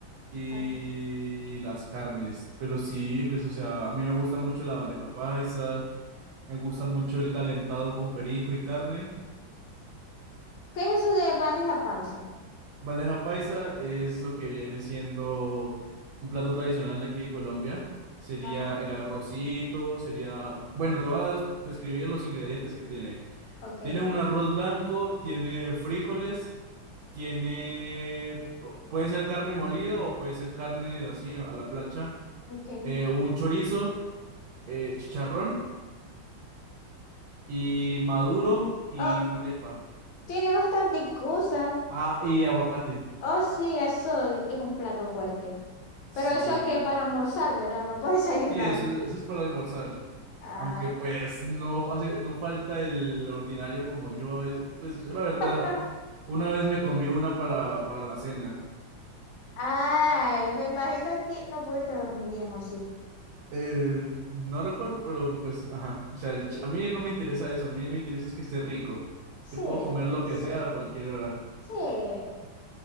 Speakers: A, on the right (about 80°); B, on the left (about 80°).
A: y
B: Ok.
A: las carnes, pero sí, pues, o sea, a mí me gusta mucho la bandeja paisa, Me gusta mucho el calentado con perico y carne.
B: ¿Qué es eso de bandeja paisa?
A: Bandeja paisa es lo que viene siendo un plato tradicional de aquí de Colombia. Sería
B: Ajá,
A: el arrocito, sería... Bueno, te voy a describir los ingredientes que tiene.
B: ok,
A: Tiene un arroz blanco, tiene frijoles, tiene... Puede ser carne molida o puede ser carne así a la plancha.
B: ok.
A: eh, un chorizo, eh, chicharrón y maduro y
B: Oh,
A: una arepa.
B: tiene bastante cosa.
A: Ah, y aguacate.
B: Oh, sí, eso es un plato fuerte.
A: Sí,
B: Pero eso que para almorzar, ¿verdad? No para desayunar.
A: Sí, eso, eso es para almorzar.
B: Ay.
A: Aunque pues no, fase- no falta el ordinario como yo a veces. Pues yo la verdad,
B: <laughs>
A: una vez me comí una para, para la cena.
B: Ay, me imagino que no pudiste dormir bien, ¿o sí?
A: Eh, no recuerdo, pero pues, ajá. O sea, el ch- a mí no me interesa eso, a mí me interesa es que esté rico.
B: Sí,
A: Yo puedo comer lo
B: sí,
A: que sea a cualquier hora.
B: sí.